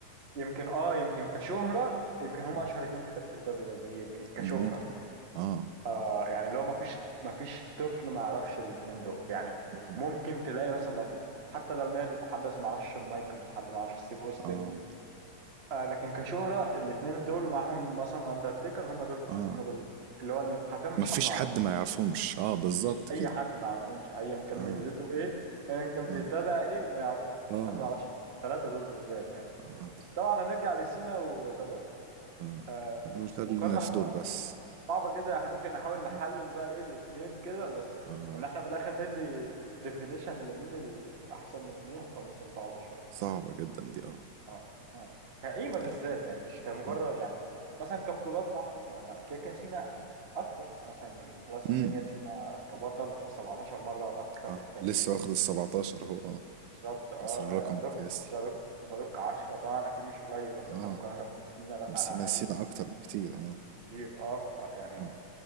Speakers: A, on the right; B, on the right.
A: يمكن اه يمكن كشهرة يمكن هم
B: آه.
A: اشهر اتنين في تاريخ ال WWE يمكن كشهرة
B: ممكن اه
A: آه يعني لو ما فيش ما فيش طفل ما يعرفش الاتنين دول يعني
B: مم.
A: ممكن تلاقي مثلا حتى لو نادر حد ما يعرفش شون مايكلز حد ما يعرفش ستيف اوستن
B: اه
A: آه لكن كشهرة الاتنين دول ومعاهم مثلا اندرتيكر هم دول
B: اه
A: هم دول اللي هو اللي حرفيا مفيش
B: مفيش
A: حد ما
B: حد
A: يعرفه
B: ما يعرفهمش اه بالظبط
A: مفيش اي
B: كده
A: حد ما يعرفهمش ايا كان
B: اه
A: ملته ايه ايا كان
B: اه
A: بيتابع ايه ما يع- ما- مفيش
B: اه
A: حد ما يعرفش الثلاثة دول بالذات يعني
B: اه
A: بس طبعا هنرجع لسينا وزاروك
B: اه
A: آه
B: خلينا
A: المقارنة
B: في
A: هتبقى
B: دول بس
A: صعبة جدا احنا ممكن نحاول نحلل
B: اه
A: بقى ايه الاتنين كده بس
B: آه.
A: ان احنا في الاخر ندي ديفينيشن لمين الاحسن من مين هتبقى ممكن صعبة شوية
B: صعبة جدا دي اه
A: اه اه اه. كقيمة بالذات
B: طيب
A: يعني مش كمجرد
B: اه
A: يعني مثلا كبطولات مع ح- يعني مع كيكا سينا أكتر مثلا في راس
B: امم
A: المنيا سينا كبطل 17 مرة الأكثر
B: اه
A: في التاريخ
B: لسه واخد ال 17 اهو اه
A: بالظبط اه
B: كسر الرقم
A: آه،
B: القياسي
A: روك ذا روك ذا روك 10 طبعا أكيد مش قليل بس
B: اه
A: مثلا مقارنة بسينا لأ
B: بس نسينا
A: أقل
B: اكتر بكتير اه
A: كتير اه ف- يعني
B: اه